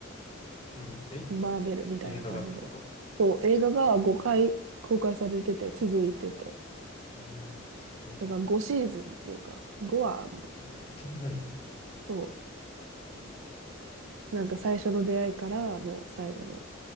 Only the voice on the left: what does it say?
うん。え
映画がってこと
うん、すごっ。
え、めっちゃ長いやん。
そうなの。うん。